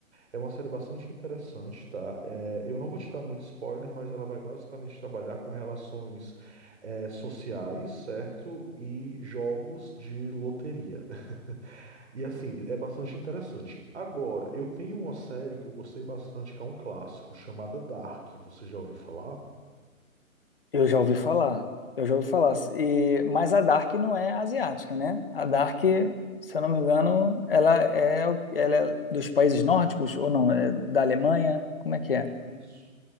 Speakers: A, on the right (about 50°); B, on the left (about 40°).
A: É uma série bastante interessante, tá? É, eu não vou te dar muito spoiler, mas ela vai basicamente trabalhar com relações, é, sociais, certo? E jogos de loteria. <laughs> E assim, é bastante interessante. Agora, eu tenho uma série que eu gostei bastante, que é um clássico, chamada Dark. Você já ouviu falar?
B: Eu já ouvi falar, eu já ouvi falar. E, mas a Dark não é asiática, né? A Dark, se eu não me engano, ela é, ela é dos países nórdicos, ou não, é da Alemanha? Como é que é?
A: Isso.